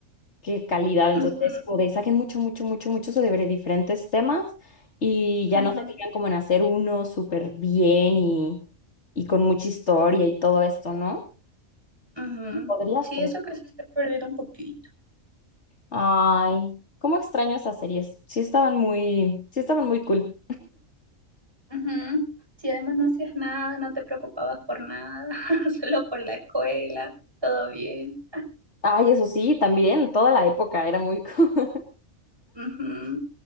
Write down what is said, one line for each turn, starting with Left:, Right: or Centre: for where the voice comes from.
Left: qué calidad.
Right: Ujú,
Left: Entonces, como de saquen mucho, mucho, mucho, mucho sobre diferentes temas y ya
Right: ujú,
Left: no se tiran como en hacer uno súper bien y, y con mucha historia y todo esto, ¿no?
Right: ujú.
Left: Podría
Right: Sí,
Left: ser.
Right: eso que se está perdiendo un poquito.
Left: Ay, cómo extraño esas series. Sí estaban muy, sí estaban muy cool.
Right: Ujú. Sí, además no hacías nada, no te preocupabas por nada, <laughs> solo por la escuela, todo bien.
Left: Ay, eso sí, también, toda la época era muy cool. <laughs>
Right: Ujú.